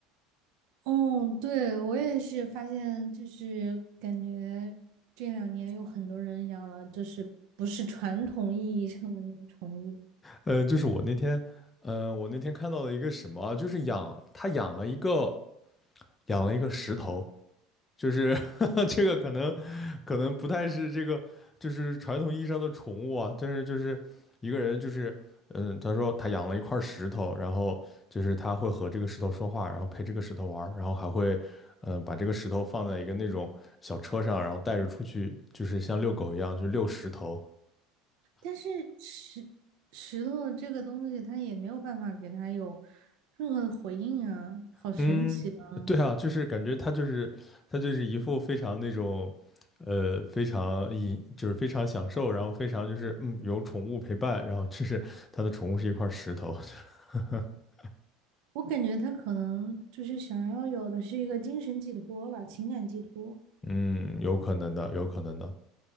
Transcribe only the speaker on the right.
哦，对，我也是发现，就是感觉这两年有很多人养了，就是不是传统意义上的那种宠物，
但是石石头这个东西，它也没有办法给它有任何的回应啊，好神奇的啊
我感觉它可能就是想要有的是一个精神寄托吧，情感寄托。